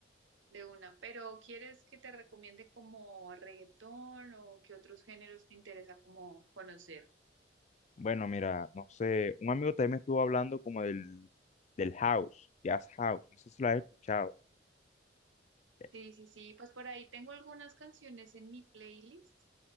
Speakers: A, on the right; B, on the left.
A: de una. Pero ¿quieres que te recomiende como reggaetón o qué otros géneros te interesa como conocer?
B: Bueno, mira, no sé, un amigo también me estuvo hablando como del, del house, jazz house, no sé si lo has escuchado. Eh,
A: Sí, sí, sí, pues por ahí tengo algunas canciones en mi playlist,